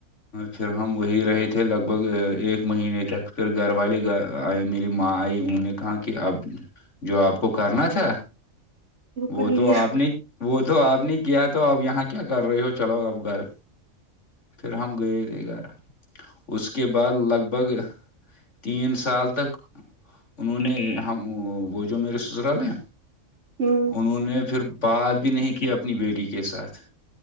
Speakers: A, on the left; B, on the right.
A: پھر ہم وہی رہے تھے لگ بھگ ایک مہینے تک پھر گھر والے گ آئے میری ماں آئی انہوں نے کہا کہ اب جو آپ کو کرنا تھا وہ
B: کر
A: تو
B: لیا
A: آپ نے وہ تو آپ نے کیا تو اپ یہاں کیا کر رہی ہو چلو اپ گھر پھر ہم گئے تھے گھر اس کے بعد لگ بھگ تین سال تک انہوں نے ہم وہ جو میرے سسرالے ہیں
B: ہوں
A: انہوں نے پھر بات بھی نہیں کی اپنی بیٹی کے ساتھ